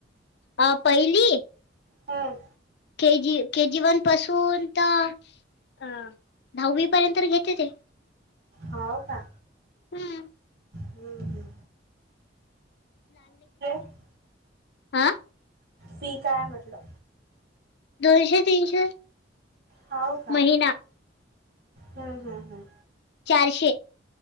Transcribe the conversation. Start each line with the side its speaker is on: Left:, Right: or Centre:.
Left: ह पहिली
Right: ह
Left: के जी, के जी वन पासून तर अ दहावी पर्यंत घेते ते
Right: हाव का
Left: हम्म
Right: हम्म. <unintelligible>
Left: आ
Right: फी काय हाय म्हटलं?
Left: दोनशे, तीनशे
Right: हाव का
Left: महिना
Right: ह, ह, ह
Left: चारशे